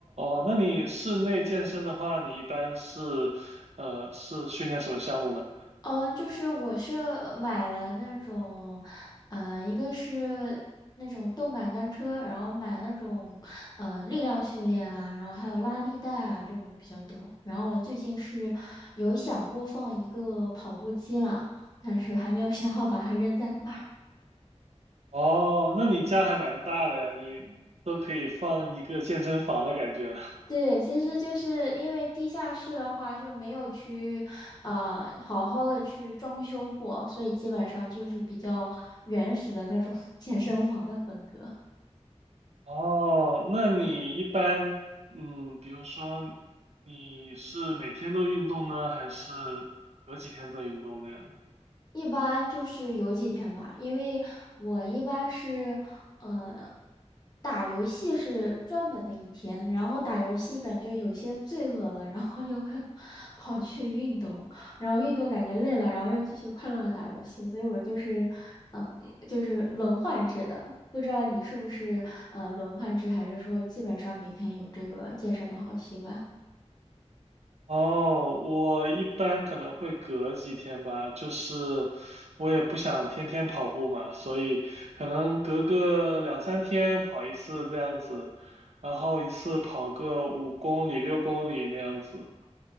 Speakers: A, on the right; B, on the left.
A: 哦，那你室内健身的话，你一般是呃是训练什么项目呢？
B: 嗯，就是我是呃买了那种，嗯、一个是那种动感单车，然后买那种，嗯、力量训练啊，然后还有拉力带啊这种比较多。然后我最近是有想过放一个跑步机啦，但是还没有想好把它扔在哪儿。
A: 哦，那你家还蛮大的呀，你都可以放一个健身房的感觉了。
B: 对，其实就是因为地下室的话就没有去，呃，好好的去装修过，所以基本上就是比较原始的那种 <laughs> 健身房的风格。
A: 哦，那你一般嗯，比如说你是每天都运动呢，还是隔几天再运动这样？
B: 一般就是有几天吧，因为我一般是，呃，打游戏是专门的一天，然后打游戏感觉有些罪恶了，然后又会 <laughs> 跑去运动，然后运动感觉累了，然后又继续快乐的打游戏，所以我就是，嗯、就是轮换制的，不知道你是不是呃轮换制，还是说基本上每天有这个健身的好习惯？
A: 哦，我一般可能会隔几天吧，就是我也不想天天跑步嘛，所以可能隔个两三天跑一次这样子，然后一次跑个五公里、六公里那样子。